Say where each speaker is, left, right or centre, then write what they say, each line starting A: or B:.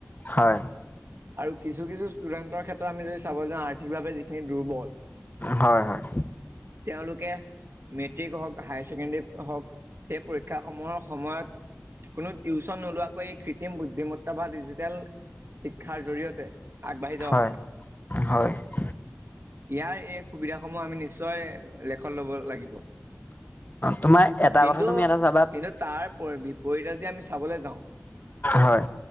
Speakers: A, on the left; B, on the right.
A: হয়।
B: আৰু কিছু কিছু ষ্টুডেণ্টৰ ক্ষেত্ৰত আমি যদি চাব যাওঁ আৰ্থিকভাৱে যিখিনি দুৰ্বল।
A: হয়, হয়।
B: তেওঁলোকে মেট্ৰিক হওঁক হায়াৰ ছেকেণ্ডেৰী হওঁক সেই পৰীক্ষাসমূহৰ সময়ত কোনো টিউশচন নোলোৱাকৈ এই কৃত্ৰিম বুদ্ধিমত্তা বা ডিজিটেল শিক্ষাৰ জৰিয়তে আগবাঢ়ি যাব
A: হয়
B: পাৰে।
A: হয় হয়
B: ইয়াৰ এই সুবিধাসমূহ আমি নিশ্চয় নিশ্চয় লেখনত ল'ব লাগিব।
A: তোমাৰ এটা
B: কিন্তু,
A: কথা তুমি এটা চাবা
B: কিন্তু তাৰ বিপৰীতে যদি আমি চাবলৈ যাওঁ
A: হয়